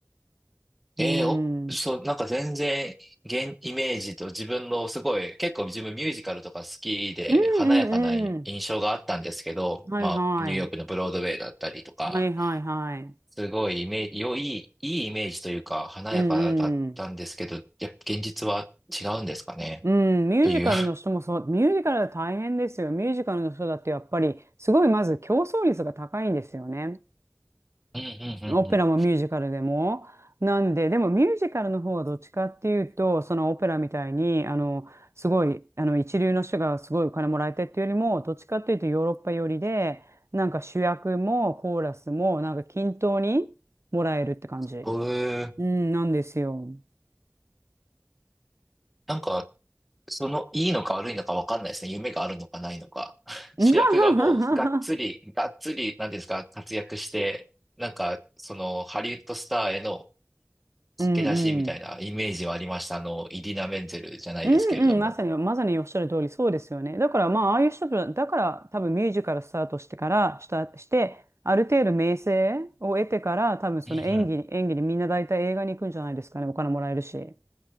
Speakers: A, in the centre; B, on the right (about 65°).
A: ええお、
B: うん。うん
A: そう、なんか全然、現、イメージと自分のすごい、結構自分ミュージカルとか好きで、
B: うんうん。
A: 華やかな印象があったんですけど、
B: はいはい。
A: まあ、ニューヨークのブロードウェイだったりとか、
B: はいはいはい。
A: すごいイメージ、良い、いいイメージというか、華やかだったんですけど、
B: うん
A: やっぱ現実は違うんですかね、
B: うん、ミュージカルの人もそう、
A: という。
B: ミュージカルは大変ですよ。ミュージカルの人だってやっぱり、すごいまず競争率が高いんですよね。
A: うん、うん、
B: オペラもミュージカルでも。
A: うん、うん。
B: なんで、でもミュージカルの方はどっちかっていうと、そのオペラみたいに、あの、すごい、あの、一流の人がすごいお金もらえてっていうよりも、どっちかっていうとヨーロッパ寄りで、なんか主役もコーラスも、なんか均等にもらえるって感じ。
A: うーん。
B: うん、なんですよ。
A: なんか、その、いいのか悪いのか分かんないですね。夢があるのかないのか。<laughs>
B: <laughs>
A: 主役がもう、がっつり、がっつり、なんていうんですか、活躍して、なんか、その、ハリウッドスターへの
B: うんうん
A: 駆け出しみたいなイメージはありました。あの、イリナ・メンゼルじゃないですけれども。
B: うんうん、まさに、まさにおっしゃる通り、そうですよね。だから、まあ、ああいう人たち、だから、多分ミュージカルスタートしてから、した、して、ある程度名声を得てから、多分その演技、
A: うんうん。
B: 演技でみんな大体映画に行くんじゃないですかね。お金もらえるし。